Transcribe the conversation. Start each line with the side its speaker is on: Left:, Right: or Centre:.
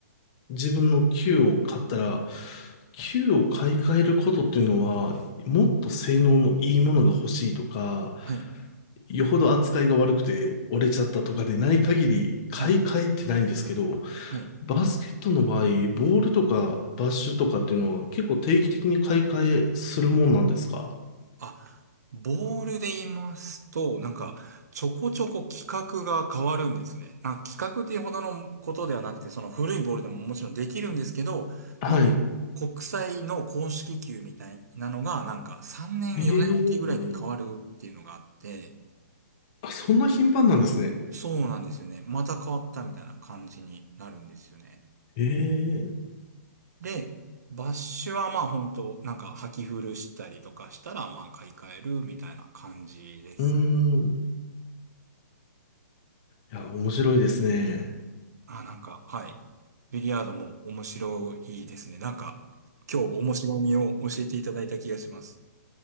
Left: 自分の球を買ったら、球を買い替えることっていうのは、もっと性能のいいものが欲しいとか、
Right: はい。
Left: よほど扱いが悪くて折れちゃったとかでない限り、買い替えってないんですけど、
Right: はい。はい。
Left: バスケットの場合、ボールとかバッシュとかっていうのは結構定期的に買い替えするもんなんですか
Right: あ、ボールで言いますと、なんか、ちょこちょこ企画が変わるんですね。あ、企画っていうほどのことではなくて、その古いボールでももちろんできるんですけど、
Left: はい。
Right: なんか、国際の公式球みたいなのが、なんか、3年、
Left: ええ
Right: 4年おきぐらいに変わるっていうのがあって、
Left: あ、そんな頻繁なんですね。
Right: そうなんですよね。また変わったみたいな感じになるんですよね。
Left: ええ
Right: で、バッシュはまあ本当なんか履き古したりとかしたらまあ買い替えるみたいな感じです。
Left: うーん。いや、面白いですね。
Right: あ、なんか、はい。ビリヤードも面白いですね。なんか、今日面白みを教えていただいた気がします。